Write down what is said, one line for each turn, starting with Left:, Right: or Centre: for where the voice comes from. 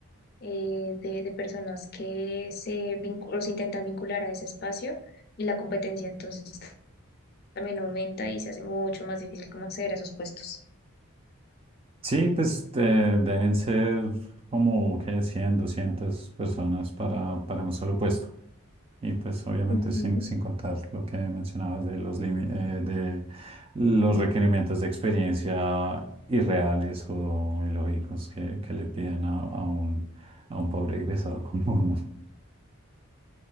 Left: eh, de, de personas que se, vincu- o se intentan vincular a ese espacio y la competencia entonces también aumenta y se hace mucho más difícil como acceder a esos puestos.
Right: sí, pues eh, deben ser como, ¿qué? cien, 200 personas para, para un solo puesto. Y pues obviamente
Left: Ujú.
Right: sin, sin contar lo que mencionabas de los, limi- eh, de los requerimientos de experiencia irreales o ilógicos que, que le piden a, a un, a un pobre egresado <laughs> común.